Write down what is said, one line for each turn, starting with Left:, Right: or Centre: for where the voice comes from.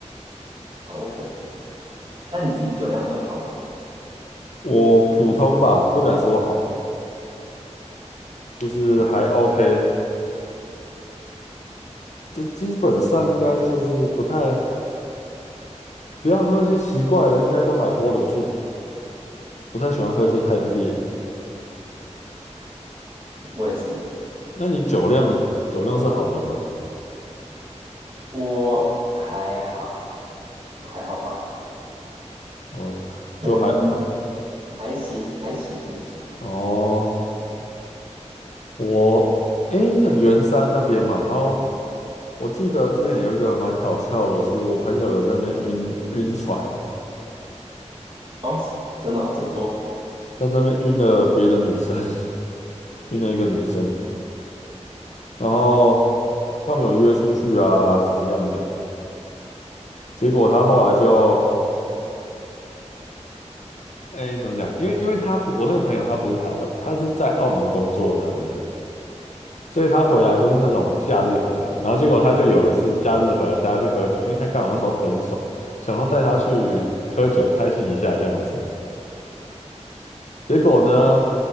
Right: 好狠！那你自己酒量算好吗？
Left: 我普通吧，不敢说好，就是还
Right: 嗯，
Left: OK。这基本上应该就是不太不要喝一些奇怪的，应该都还 hold 得住。不太喜欢喝一些太烈的。
Right: 我也是，
Left: 那你酒量酒量是好的吗？
Right: 我还好，还好吧，
Left: 哦，
Right: 可能
Left: 就还呃。
Right: 还行，还行，还行。
Left: 哦，我诶，那圆山那边嘛，然后我记得之前有一个蛮好笑的是，我朋友有在那边晕晕船，
Right: 哦，是真的哦，怎么说？
Left: 他这边晕了别的女生，<laughs> 晕了一个女生，然后他们有约出去啊，怎么样的？结果他后来就诶，怎么讲？因为因为他不，我那个朋友他不是台湾，他是在澳门工作的台湾人。所以他回来都是那种假日回来，
Right: <laughs> 呃，
Left: 然后结果他就有一次假日回来带他去喝酒，因为他刚好那时候分手，想要带他去喝酒开心一下这样子。结果呢，